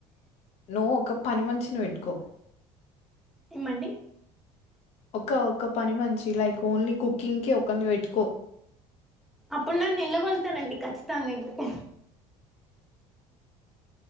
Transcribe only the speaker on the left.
నువ్వు ఒక పని మనిషిని పెట్టుకో
ఒక ఒక్క పని మనిషి లైక్ ఓన్లీ కుకింగ్ కి ఒక ఒకల్ని పెట్టుకో